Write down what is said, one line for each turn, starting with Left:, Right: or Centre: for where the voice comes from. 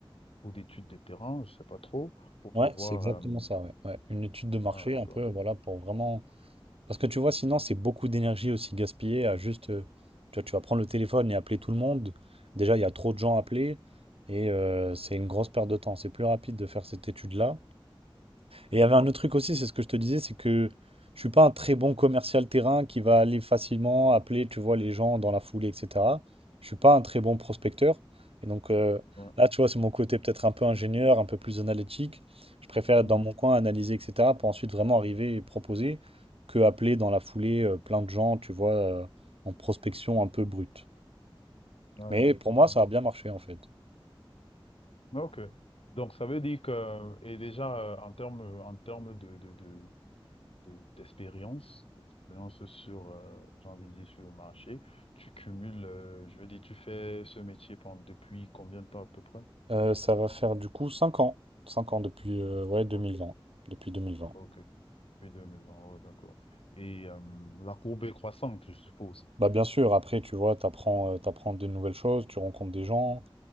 Left: ou d'études des terrains, je sais pas trop, pour pouvoir.
Right: Ouais, c'est exactement
Left: euh,
Right: ça. Ouais. Ouais, Une étude de marché,
Left: Ah, d'accord.
Right: un peu, voilà, pour vraiment Parce que tu vois, sinon, c'est beaucoup d'énergie aussi gaspillée à juste. euh, tu vois, tu vas prendre le téléphone et appeler tout le monde. Déjà, il y a trop de gens à appeler et euh, c'est une grosse perte de temps. C'est plus rapide de faire cette étude-là et
Left: Ok.
Right: il y avait un autre truc aussi, c'est ce que je te disais, c'est que je suis pas un très bon commercial terrain qui va aller facilement appeler, tu vois, les gens dans la foulée, etc. Je suis pas un très bon prospecteur. Et donc euh,
Left: Ouais.
Right: là, tu vois, c'est mon côté peut-être un peu ingénieur, un peu plus analytique. Je préfère être
Left: Mhm.
Right: dans mon coin, analyser, etc. pour ensuite vraiment arriver et proposer que appeler dans la foulée euh, plein de gens, tu vois, euh, en prospection un peu brute.
Left: Ouais,
Right: Mais
Left: je
Right: pour moi,
Left: comprends.
Right: ça a bien marché en fait.
Left: Mhm. Ok. Donc, ça veut dire que, et déjà, euh, en termes, en termes de, de, de- de- d'expérience, d'expérience sur, euh, j'ai envie de dire, sur le marché, tu cumules, euh, je veux dire, tu fais ce métier pendant, depuis combien de temps à peu près?
Right: Euh, ça va faire du coup 5 ans. cinq ans depuis euh, ouais, deux
Left: Ok,
Right: mille vingt, Depuis 2020.
Left: ok, depuis 2020, oh, d'accord. Et euh, la courbe est croissante, je suppose.
Right: Bah bien sûr, après, tu vois, t'apprends, euh, t'apprends de nouvelles choses, tu rencontres des gens,